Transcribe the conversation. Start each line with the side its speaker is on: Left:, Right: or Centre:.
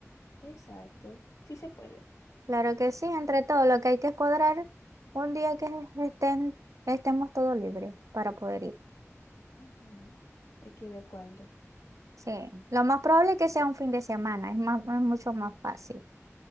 Left: Exacto. Sí se puede.
Right: Claro que sí, entre todo, lo que hay que es cuadrar un día que estén, estemos todos libres para poder ir.
Left: Ujú. Hay que ver cuándo.
Right: Sí, lo más probable es que sea un fin de semana, es más, es mucho más fácil.